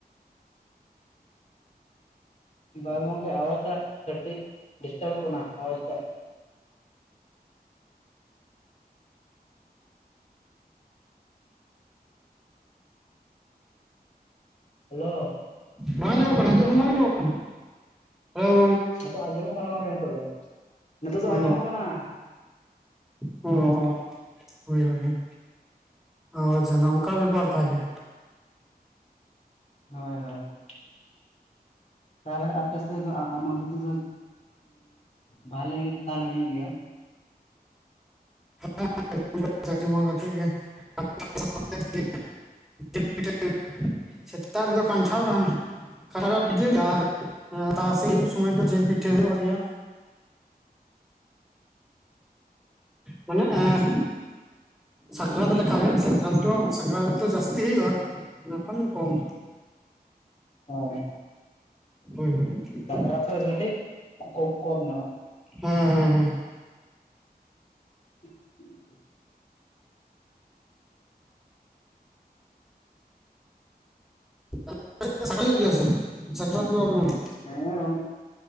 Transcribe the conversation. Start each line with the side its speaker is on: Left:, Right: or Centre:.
Left: ᱵᱟᱝ ᱜᱚᱝᱠᱮ ᱟᱣᱟᱡ ᱴᱟᱜ ᱠᱟᱹᱴᱤᱡ ᱰᱤᱥᱴᱟᱵᱚᱜ ᱠᱟᱱᱟ ᱟᱣᱟᱡ ᱴᱟᱜ ᱦᱮᱞᱳ
Centre: ᱵᱟᱝ ᱧᱟᱢᱚᱜ ᱠᱟᱱᱟ ᱱᱤᱛ ᱦᱚᱸ ᱵᱟᱝ ᱧᱚᱜᱚᱜ ᱠᱟᱱᱟ? ᱦᱮᱞᱳ
Left: ᱱᱤᱛᱳᱜ ᱟᱸᱡᱚᱢᱚᱜ ᱠᱟᱱᱟ ᱜᱚᱢᱠᱮ ᱱᱤᱛᱳᱜ ᱫᱚ ᱱᱤᱛᱳᱜ ᱫᱚ
Centre: ᱚ
Left: ᱟᱸᱡᱚᱢᱚᱜ ᱠᱟᱱᱟ
Centre: ᱚ ᱦᱳᱭ ᱦᱳᱭᱳᱭ ᱟᱪᱪᱷᱟ ᱚᱱᱠᱟ ᱵᱮᱯᱟᱨ ᱛᱟᱦᱚᱞᱮ
Left: ᱦᱳᱭ ᱦᱳᱭ ᱦᱳᱭ᱾ ᱛᱟᱦᱚᱞᱮ ᱟᱯᱮ ᱥᱮᱫ ᱫᱚ ᱟᱢᱵᱚᱛᱤ ᱫᱚ ᱵᱷᱟᱞᱮ ᱜᱮ ᱛᱟᱦᱚᱞᱮ ᱦᱩᱭᱩᱜ ᱜᱮᱭᱟ᱾
Centre: ᱦᱮᱸᱟ <inaudible> ᱠᱟᱛᱮᱮᱫ ᱜᱮ <inaudible> <inaudible> ᱥᱮᱛᱟᱜ ᱨᱮᱫᱚ ᱠᱟᱱᱴᱷᱟᱲ <inaudible> ᱛᱟᱨᱟ ᱥᱤᱧ ᱫᱚ ᱡᱤᱞ ᱯᱤᱴᱷᱟᱹ ᱦᱩᱭᱩᱜ ᱜᱮᱭᱟ ᱢᱟᱱᱮ ᱟᱸ ᱥᱟᱠᱨᱟᱛ ᱞᱮᱠᱟᱜᱮ ᱥᱟᱠᱨᱟᱛ ᱫᱚ ᱥᱟᱠᱨᱟᱛ ᱫᱚ ᱡᱟᱹᱥᱛᱤ ᱦᱩᱭᱩᱜᱼᱟ ᱚᱱᱟ ᱠᱷᱚᱱ ᱠᱚᱢ᱾
Left: ᱚ
Centre: ᱦᱳᱭ ᱦᱳᱭ ᱾
Left: <unintelligible>
Centre: ᱦᱮᱸ ᱦᱮᱸ ᱾
Left: <inaudible>
Centre: <unintelligible> ᱥᱟᱠᱨᱟᱛ ᱫᱚ <unintelligible>
Left: ᱦᱮᱸ ᱦᱮᱸ ᱾